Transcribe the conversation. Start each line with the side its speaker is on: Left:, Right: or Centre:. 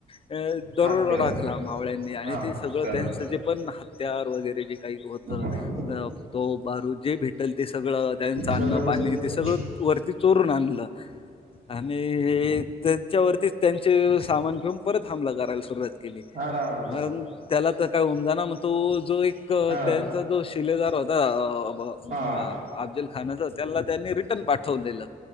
Left: अ दरोडा
Right: खाद्य
Left: टाकला
Right: ते वेडा
Left: मावळ्यांनी आणि
Right: हा
Left: ते सगळं
Right: दरोडा
Left: त्यांच जे पण हत्यार वगैरे जे काही होत
Right: हा
Left: तो बारू जे भेटेल ते सगळं त्याचं अन्न
Right: सगळं उचलून
Left: पाणी
Right: गेले
Left: ते सगळं वरती चो रून आणलं आणि त्याच्यावरतीचं त्यांचे सामान घेऊन परत हमला करायला सुरुवात केली.
Right: अराबापरे
Left: मंग त्याला त काय उमजना म तो जो एक त्यांचा
Right: हा
Left: दोष शिलेदार होता अ अ ब
Right: हा
Left: अ अफजल खानाचा त्याला त्यांनी रिटर्न पाठवलेलं